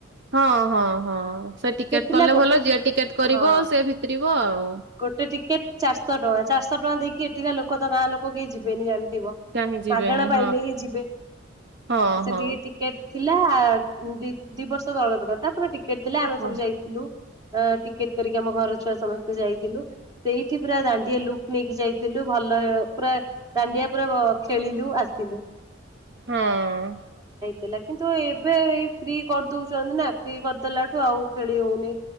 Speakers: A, on the right; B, on the right.
A: ହଁ ହଁ ହଁ ସେ ଟିକେଟ
B: ଥିଲା
A: କଲେ
B: ଗୋଟେ
A: ଭଲ ଯିଏ ଟିକେଟ କରିବ
B: ହଁ
A: ସିଏ ଭିତିରିବ ଆଉ।
B: ଗୋଟେ ଟିକେଟ ଚାରିଶହ ଟଙ୍କା ଚାରିଶହ ଟଙ୍କା ଦେଇକି ଏଠିକା ଲୋକ ତ ଗାଁ ଲୋକ କେହି ଯିବେନି।
A: କାହିଁ ଯିବେନି
B: ମାଗଣା ପାଇଲେ
A: ହଁ
B: ହିଁ ଯିବେ
A: ହଁ
B: ଆ ସେଠିକି
A: ହଁ
B: ଟିକେଟ୍ ଥିଲା ଦି ଦି ବର୍ଷ ତଳର କଥା ପୁରା ଟିକେଟ ଥିଲା ଆମେ
A: ହଁ
B: ସବୁ ଯାଇଥିଲୁ। ଟିକେଟ କରିକି ଆମ ଘର ଛୁଆ ସମସ୍ତେ ଯାଇଥିଲୁ ସେଇଠି ପୁରା ଦାଣ୍ଡିଆ ଲୁକ୍ ନେଇକି ଯାଇଥିଲୁ। ଭଲ ପୁରା ଦାଣ୍ଡିଆ ପୁରା ଖେଳିଲୁ ଆସିଲୁ।
A: ହଁ
B: ଥିଲା କିନ୍ତୁ ଏବେ ଏଇ ଫ୍ରି କରିଦଉଛନ୍ତି ନା ଫ୍ରି କରିଦେଲାଠୁ ଆଉ ଖେଳି ହଉନି।